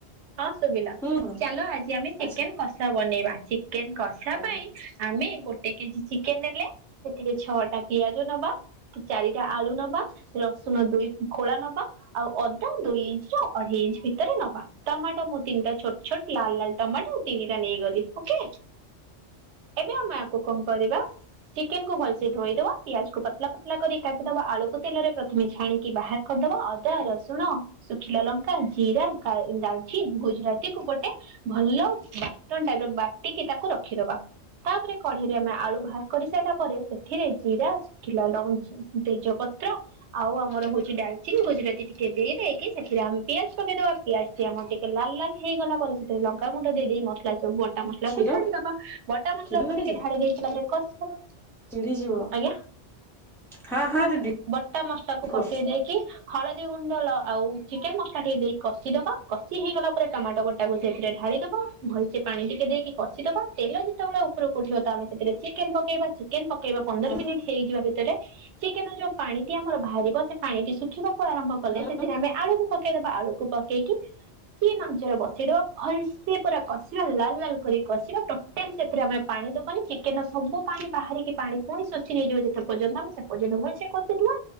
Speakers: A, on the right; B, in the centre.
A: ହଁ ଶୁଭିଲା
B: ହୁଁ ହୁଁ
A: ଚାଲ ଆଜି ଆମେ ଚିକେନ
B: ଆଚ୍ଛା
A: କଷା ବନେଇବା ଚିକେନ କଷା
B: ଆଜ୍ଞା
A: ପାଇଁ ଆମେ ଗୋଟେ କେଜି ଚି ଚିକେନ ନେଲେ ସେଥିରେ ଛଅଟା ପିଆଜ ନବା ଚାରିଟା ଆଳୁ ନବା ରସୁଣ ଦୁଇ ଖୋଳା ନବା ଆଉ ଅଦା ଦୁଇ ଇଞ୍ଚ ର ଅଢେଇ ଇଞ୍ଚ ଭିତରେ ନବା ଟମାଟୋ ମୁଁ ତିନିଟା ଛୋଟ ଛୋଟ ଲାଲ ଲାଲ ଟମାଟୋ ତିନିଟା ନେଇଗଲି ଓକେ। ଏବେ ଆମେ ଆକୁ କଣ କରିବା ଚିକେନକୁୁ ଭଲସେ ଧୋଇଦବା ପିଆଜ କୁ ପତଲା ପତଲା କରି କାଟିଦବା ଆଳୁକୁ ତେଲରେ ପ୍ରଥମେ ଛାଣି ବାହାର କରିଦବା ଅଦା ରସୁଣ ଶୁଖିଲା ଲଙ୍କା ଜିରା ଡାଲଚିନ ଗୁଜୁରାତି କୁ ଗୋଟେ ଭଲ ବାଟର ଟାଇପ ର ବାଟିକି ତାକୁ ରଖିଦବା ତାପରେ କଢେଇରେ ଆମେ ଆଳୁ ବାହାର କରିସାଇଲା ପରେ ସେ ଏଥିରେ ଜିରା ଶୁଖିଲା ଲଙ୍କା ତେଜପତ୍ର ଆଉ ଆମର ହଉଛି ଡାଲଚିନ ଗୁଜୁରାତି ଟିକେ ଦେଇ ଦେଇକି ସେଥିରେ ଆମେ ପିଆଜ ପକେଇଦବା ପିଆଜ ଟି ଆମର ଟିକେ ଲାଲ୍ ଲାଲ ହେଇଗଲା ପରେ ସେଥିରେ ଲଙ୍କାଗୁଣ୍ଡ ଦେଇ ଦେଇ ମସଲା ସବୁ ବଟା ମସଲା ଟା ମସଲାକୁ
B: କ୍ଷୀର
A: ଢାଳିଦବା ବଟା ମସଲାକୁ
B: କ୍ଷୀର ଲାଗିଛି
A: ଟିକେ ଢାଳି ଦେଇ ସାରିଲା ପରେ କଷି ଦବା
B: ଚିଡିଯିବ
A: ଆଜ୍ଞା
B: ହଁ ହଁ ଦିଦି
A: ବଟା ମସଲାକୁ
B: କୁହ
A: ଟିକେ ଦେଇକି ହଳଦୀ ହଳଦୀ ଗୁଣ୍ଡ ଆଉ ଚିକେନ ମସଲା ଟିକେ ଦେଇ କଷି ଦବା କଷି ହେଇଗଲା ପରେ ଟମାଟୋ ଗୋଟାକୁ ସେଥିରେ ଢାଳିଦବ ଭଲସେ ପାଣି ଟିକେ ଦେଇକି କଷିଦବା ତେଲ ଯେତେବେଳେ ଉପରକୁ ଉଠିବ ତ ଆମେ ସେଥିରେ ଚିକେନ ପକେଇବା ଚିକେନ ପ ପକେଇବା ପନ୍ଦର
B: ହୁଁ
A: ମିନିଟ୍ ହେଇଯିବା ସେଥିରେ ଚିକେନ ରୁ ଯୋଉ ପାଣି ଟି ଆମର ବାହାରିବ ସେ ପାଣିଟି ଶୁଖିବାକୁ ଆରମ୍ଭ କଲେ
B: ହୁଁ
A: ସେଥିରେ ଆମେ ଆଳୁକୁ ପକେଇଦବା ଆଳୁକୁ ପକେଇକି ସିମ୍ ଆଞ୍ଚରେ ବସେଇଦବା ଭଲସେ ପୁରା କଷିବା ଲାଲ ଲାଲ କରି କଷିବା ଟୋଟାଲି ସେଥିରେ ଆମେ ପାଣି ଦବାନି ଚିକେନ ସବୁ ପାଣି ବାହାରିକି ପାଣି ପୁଣି ଶୋଷି ନେଇଯିବ ଯେତେ ପର୍ଯ୍ୟନ୍ତ ଆମେ ସେତେ ପର୍ଯ୍ୟନ୍ତ ଭଲକି କଷୁ ଥିବା